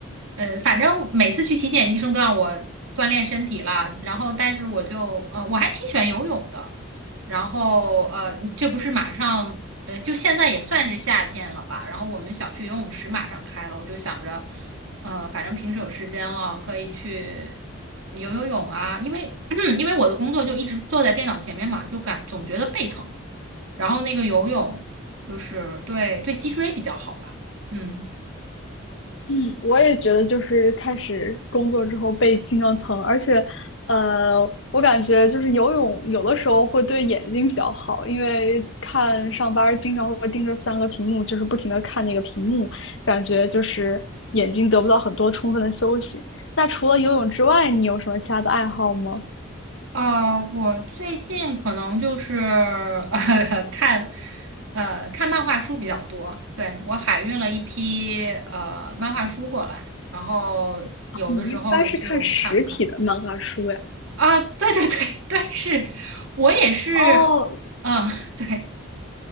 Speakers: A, on the right; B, on the left.
A: 呃，反正每次去体检，医生都让我锻炼身体啦。然后，但是我就呃，我还挺喜欢游泳的。然后呃，这不是马上呃，就现在也算是夏天了吧？然后我们小区游泳池马上开了，我就想着，呃，反正平时有时间了，可以去游游泳啊。因为 <clears throat> 因为我的工作就一直坐在电脑前面嘛，就感总觉得背疼。然后那个游泳。就是对对脊椎比较好吧。嗯，
B: 嗯，我也觉得就是开始工作之后背经常疼，而且，呃，我感觉就是游泳有的时候会对眼睛比较好，因为看上班儿经常会盯着三个屏幕，就是不停的看那个屏幕，感觉就是眼睛得不到很多充分的休息。那除了游泳之外，你有什么其他的爱好吗？
A: 呃，我最近可能就是 <laughs> 呃看呃看漫画书比较多。对，我海运了一批呃漫画书过来，然后有的时候就看看
B: 你一般是看实体的漫画书呀？
A: 啊，对对对对，是我也是，
B: 哦，
A: 嗯，<laughs> 对。